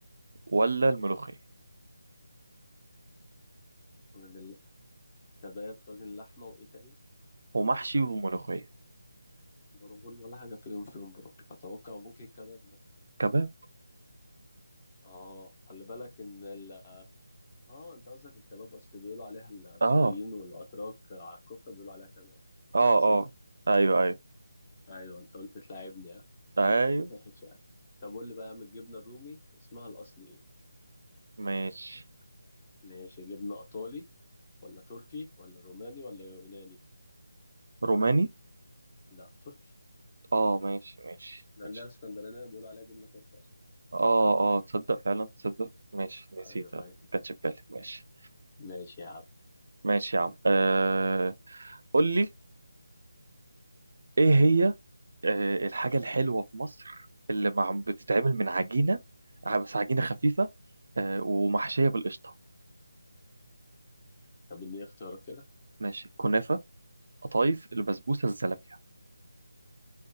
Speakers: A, on the right (about 65°); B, on the left (about 20°).
A: ولا الملوخية
B: من كباب طاجن لحمة وإيه تاني
A: ومحشي وملوخية
B: برغل ولا حاجة فيهم فيهم برغل أتوقع ممكن الكباب مثلا
A: كباب
B: آه خلي بالك إن ال آه أنت قصدك الكباب أصل بيقولوا عليها السوريين
A: اه
B: والأتراك على الكفتة بيقولوا عليها كباب
A: اه
B: عكسنا
A: اه ايوه ايوه
B: أيوه أنت قلت تلاعبني ها
A: ايوه
B: <laughs> ماشي يا عم. طب قول لي بقى يا عم الجبنة الرومي اسمها الأصلي إيه؟
A: ماشي
B: ماشي جبنة إيطالي ولا تركي ولا روماني ولا يوناني؟
A: روماني
B: لا تركي
A: اه ماشي ماشي
B: إحنا
A: ماشي
B: عندنا الإسكندرانية بيقولوا عليها جبنة تركي أصلا
A: اه اه تصدق فعلا تصدق ماشي نسيتها
B: أيوه
A: ما
B: أيوه
A: كانتش في بالي ماشي
B: ماشي يا عم
A: ماشي يا عم آه قول لي ايه هي آه، الحاجة الحلوة في مصر اللي مع بتتعمل من عجينة آه، بس عجينة خفيفة آه، ومحشية بالقشطة
B: طب إديني اختيارات كده
A: ماشي كنافة قطايف البسبوسة الزلابية